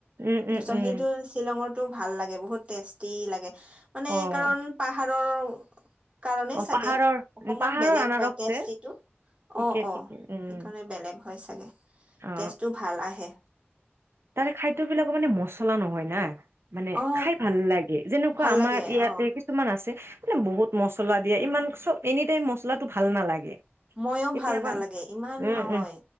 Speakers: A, on the right (about 70°); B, on the right (about 30°).
A: উম উম
B: তাৰপিছত
A: উম
B: সেইটো শ্বিলঙত ভাল লাগে বহুত টেষ্টি লাগে মানে
A: অ
B: কাৰণ পাহাৰৰ কাৰণেই
A: অ
B: চাগে
A: পাহাৰৰ
B: অকমান
A: উ পাহাৰৰ
B: বেলেগ
A: আনাৰস
B: হয় টেষ্টিটো
A: যে ঠিকে
B: অ অ
A: ঠিকে উম
B: সেইকাৰণে বেলেগ হয় চাগে
A: অ
B: টেষ্টটো ভাল আহে।
A: তাৰে খাদ্য বিলাকৰ মানে মচলা নহয় না মানে
B: অ
A: খাই ভাল লাগে যেনেকুৱা
B: ভাল
A: আমাৰ
B: লাগে
A: ইয়াতে
B: অ
A: কি কিছুমান আছে মানে বহুত মছলা দিয়ে ইমান চব এনি টাইম মচলাটো ভাল নালাগে।
B: মইও
A: কেতিয়াবা
B: ভাল নালাগে ইমান
A: উম
B: নহয়।
A: উম